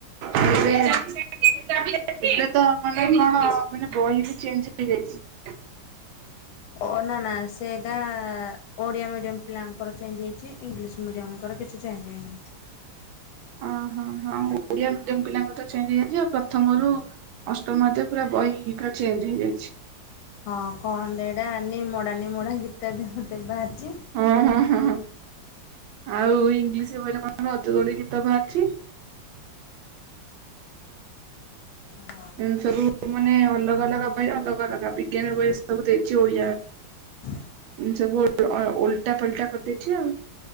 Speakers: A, on the right; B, on the left.
A: ସେ ତ ଖଣ୍ଡେ କଣ ମାନେ ବହି ବି ଚେଞ୍ଜ ହେଇଯାଇଚି।
B: ଓ ନା ନା ସେଇଟା ଓଡିଆ ମିଡିୟମ ପିଲାଙ୍କର ଚେଞ୍ଜ ହେଇଚି ଇଂଲିଶ ମିଡିୟମଙ୍କର କିଛି ଚେଞ୍ଜ ହେଇନି।
A: ଅଁ ହଁ ହଁ ଓଡିଆ ମିଡିୟମ ପିଲାଙ୍କର ତ ଚେଞ୍ଜ ହେଇଯାଇଚି ଆଉ ପ୍ରଥମରୁ ଅଷ୍ଟମ ଯେ ପୁରା ବହି ପୁରା ଚେଞ୍ଜ ହେଇଯାଇଛି।
B: ହଁ କଣ ଯେ ଏଇଟା ନିମୋଡା ନିମୋଡା ଗୀତ ବି ଗୋଟେ ବାହାରିଚି।
A: ହଁ ହଁ ହଁ ହଁ ଆଉ ଇଂଲିଶ ବହିରେ କଣ ରଜଦୋଳି ଗୀତ ବାହାରିଚି।
B: ହଁ।
A: ଏମତି ସବୁ ମାନେ ଅଲଗା ଅଲଗା ବହିରେ ଅଲଗା ଅଲଗା ବିଜ୍ଞାନ ବହିରେ ସବୁ ଦେଇଛି ଓଡିଆ।
B: ହ
A: ସବୁ ଓ ଳ ଅ ଓଲଟା ପାଲଟା କରିଦେଇଛି ଆଉ।